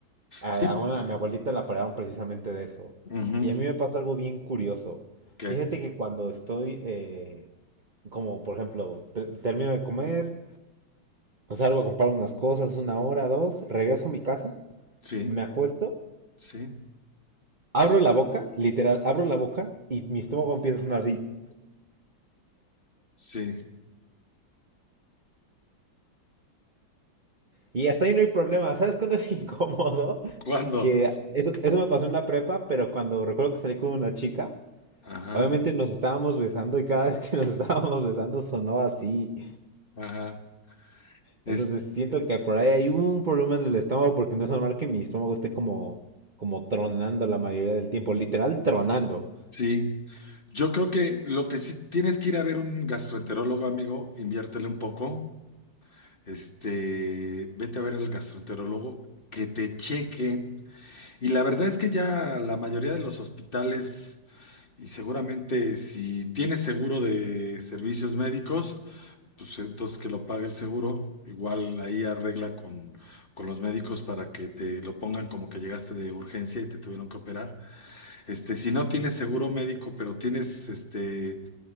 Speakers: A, on the right; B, on the left.
A: A,
B: sí,
A: a una- a mi abuelita la operaron precisamente de eso.
B: ujú,
A: Y a mí me pasa algo bien curioso.
B: ¿Qué?
A: Fíjate que cuando estoy, eh, como por ejemplo, ter- termino de comer, o salgo a comprar unas cosas, una hora, dos, regreso a mi casa,
B: Sí,
A: me acuesto,
B: sí,
A: abro la boca, literal, abro la boca y mi estómago empieza a sonar así.
B: sí.
A: Y hasta ahí no hay problema. ¿Sabes cuándo es <laughs> incómodo?
B: ¿Cuándo?
A: Que eso, eso me pasó en la prepa, pero cuando recuerdo que salí con una chica.
B: Ajá,
A: Obviamente nos estábamos besando y cada vez que nos <laughs> estábamos besando sonó así.
B: ajá. Es,
A: Entonces siento que por ahí hay un problema en el estómago porque no es normal que mi estómago esté como, como tronando la mayoría del tiempo, literal tronando.
B: sí. Yo creo que lo que sí tienes que ir a ver un gastroenterólogo, amigo, inviértele un poco este, vete a ver al gastroenterólogo, que te chequen. Y la verdad es que ya la mayoría de los hospitales, y seguramente si tienes seguro de servicios médicos, pues entonces que lo pague el seguro. Igual ahí arregla con, con los médicos para que te lo pongan como que llegaste de urgencia y te tuvieron que operar. Este, si no tienes seguro médico, pero tienes este,